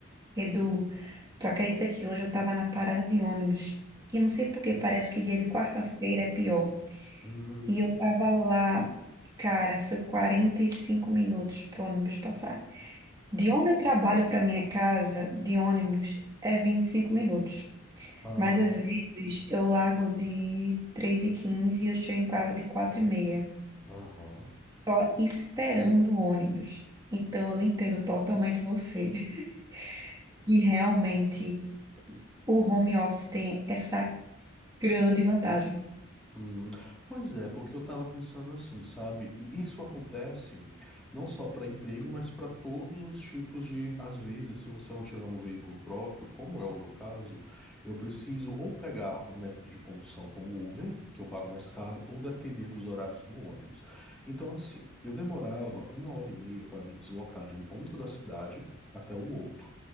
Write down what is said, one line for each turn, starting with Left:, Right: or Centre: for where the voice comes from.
Right: Edu. Tu acredita que hoje eu tava na parada de ônibus e não sei por que, parece que dia de quarta-feira é pior.
Centre: Uhum.
Right: E eu tava lá, cara, foi 45 minutos pro ônibus passar. De onde eu trabalho pra minha casa, de ônibus, é 25 minutos.
Centre: Aham.
Right: Mas às vezes eu largo de três e quinze e eu chego em casa de quatro e meia,
Centre: Aham.
Right: só esperando o ônibus. Então eu entendo totalmente você. <laughs> E realmente o home office tem essa grande vantagem.
Centre: Hum, pois é, porque eu estava pensando assim, sabe? E isso acontece não só para emprego, mas para todos os tipos de, às vezes, se você não tiver um veículo próprio, como é o meu caso, eu preciso ou pegar um método de condução como o Uber, que eu pago mais caro, ou depender dos horários do ônibus. Então, assim, eu demorava uma hora e meia para me deslocar de um ponto da cidade até o outro.